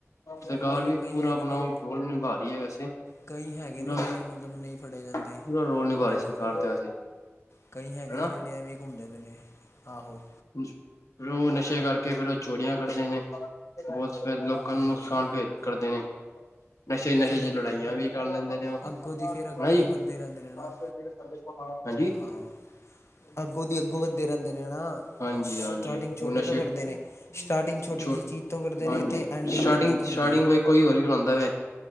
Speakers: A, on the left; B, on the left.
A: ਸਰਕਾਰ
B: ਨਹੀਂ
A: ਵੀ
B: ਕਈ
A: ਪੂਰਾ
B: ਹੈਗੇ
A: ਆਪਣਾ
B: ਨੇ
A: ਰੋਲ ਵੀ ਨਿਭਾ ਰਹੀ ਹੈ ਵੈਸੇ
B: ਕਈ ਹੈਗੇ
A: ਪੂਰਾ
B: ਨੇ ਜਿਹੜੇ ਮਤਲਬ ਨਹੀਂ ਫੜੇ ਜਾਂਦੇ
A: ਪੂਰਾ ਰੋਲ ਨਿਭਾ
B: ਜਿਹੜੇ
A: ਰਹੀ ਸਰਕਾਰ
B: ਮਤਲਬ
A: ਤੇ ਵੈਸੇ
B: ਕਈ ਹੈਗੇ
A: ਹਨਾ
B: ਨੇ ਜਿਹੜੇ ਐਵੇਂ ਘੁੰਮਦੇ ਪਏ ਨੇ ਆਹੋ
A: ਫਿਰ ਉਹ ਨਸ਼ੇ ਕਰਕੇ ਫੇਰ ਉਹ ਚੋਰੀਆਂ ਕਰਦੇ ਨੇ ਬਹੁਤ ਫੇਰ ਲੋਕਾਂ
B: ਹਾਂ
A: ਨੂੰ ਨੁਕਸਾਨ ਭੇਦ ਕਰਦੇ ਨੇ ਨਸ਼ੇ
B: ਉਹ
A: ਨਸ਼ੇ
B: ਫਿਰ
A: ਚ' ਲੜਾਈਆਂ ਵੀ ਕਰ ਲੈਂਦੇ ਨੇ
B: ਅੱਗੋਂ ਦੀ ਫਿਰ ਅੱਗੇ
A: ਨਾ ਜੀ
B: ਵੱਧਦੇ ਰਹਿੰਦੇ ਨੇ ਨਾ
A: ਹ ਹਾਂਜੀ
B: ਆਹੋ ਅੱਗੋਂ ਦੀ ਅੱਗੋਂ ਵੱਧਦੇ ਰਹਿੰਦੇ ਨੇ ਹਨ
A: ਹਾਂਜੀ
B: ਸਟਾਰਟਿੰਗ
A: ਹਾਂਜੀ
B: ਛੋਟੇ
A: ਉਹ ਨਸ਼ੇ
B: ਤੋਂ ਕਰਦੇ ਨੇ ਸਟਾਰਟਿੰਗ ਛੋਟੀ
A: ਛੋ
B: ਜਿਹੀ ਚੀਜ਼ ਤੋਂ ਕਰਦੇ
A: ਹਾਂਜੀ
B: ਨੇ ਅਤੇ ਐਂਡਿੰਗ
A: ਸਟਾਰਟਿੰਗ
B: ਵੱਡੀ ਤੋਂ
A: ਸਟਾਰਟਿੰਗ
B: ਹੁੰਦੀ ਹੈ
A: ਵ ਕੋਈ ਹੋਰ ਹੀ ਹੁੰਦਾ ਵੈ